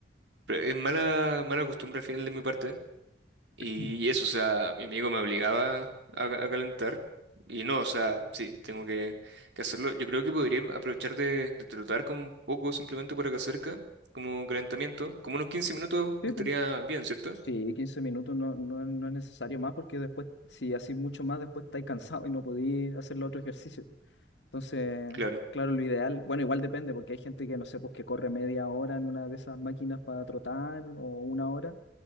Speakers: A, on the right (about 80°); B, on the left (about 85°).
A: Pero es mala, mala costumbre al final de mi parte. Y
B: Mm.
A: eso, o sea, mi amigo me obligaba a, a calentar. Y no, o sea, sí, tengo que, que hacerlo. Yo creo que podría aprovechar de, de trotar como un poco simplemente por acá cerca, como calentamiento. Como unos 15 minutos
B: Sí,
A: estaría
B: pues.
A: bien, ¿cierto?
B: Sí, 15 minutos no, no, no es necesario más porque después, si haces mucho más, después estáis cansado y no podéis hacer los otro ejercicio. Entonces,
A: Claro.
B: claro, lo ideal, bueno, igual depende, porque hay gente que no sé, pues que corre media hora en una de esas máquinas para trotar o una hora.